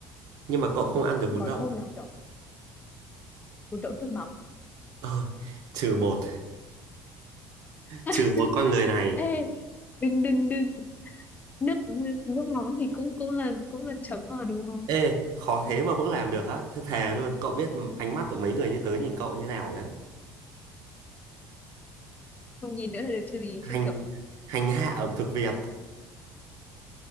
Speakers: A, on the right; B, on the left.
A: nhưng mà cậu không
B: ừ,
A: ăn được bún
B: còn
A: đậu
B: hôm nào kiểu bún đậu nước mắm
A: Ờ, trừ một
B: <laughs>
A: trừ một con người này
B: ê đừng đừng đừng nước nước nước mắm thì cũng cũng là cũng là chấm mà đúng không
A: ê khó thế mà cũng làm được á thế thề luôn cậu biết ánh mắt của mấy người như tớ nhìn cậu như nào đấy
B: không nhìn nữa là được chứ gì
A: hành
B: chứ kiểu
A: hành hạ ẩm thực Việt